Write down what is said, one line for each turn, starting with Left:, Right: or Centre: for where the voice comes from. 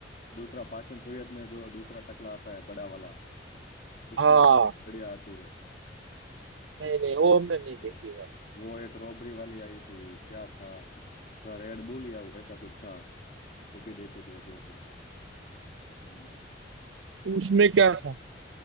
Left: दूसरा फास्ट एंड फ्यूरियस में जो दूसरा टकला आता है बड़ा वाला उसके
Right: हाँ
Left: भी बढ़िया आती है
Right: नहीं नहीं वो
Left: कुछ
Right: हमने
Left: देखता
Right: नहीं
Left: था
Right: देखी
Left: वो
Right: भाई
Left: वो एक रॉबरी वाली आई थी क्या था तो रेड बुल या ऐसा कुछ था वो भी देखी थी अभी अभी हम्म।
Right: उसमें क्या था